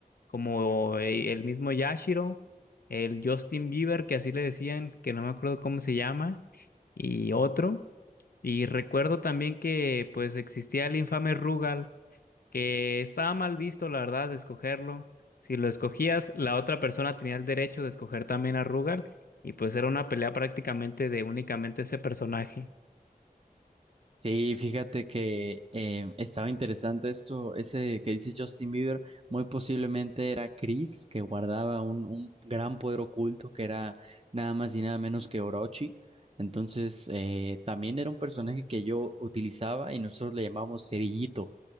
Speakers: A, on the left; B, on the right.
A: como eh, el mismo Yashiro, el Justin Bieber, que así le decían, que no me acuerdo cómo se llama, y otro. Y recuerdo también que pues existía el infame Rugal, que estaba mal visto, la verdad, de escogerlo. Si lo escogías, la otra persona tenía el derecho de escoger también a Rugal, y pues era una pelea prácticamente de únicamente ese personaje.
B: Sí, fíjate que eh, estaba interesante esto, ese que dice Justin Bieber, muy posiblemente era Chris, que guardaba un, un gran poder oculto que era nada más y nada menos que Orochi. Entonces, eh, también era un personaje que yo utilizaba y nosotros le llamamos Cerillito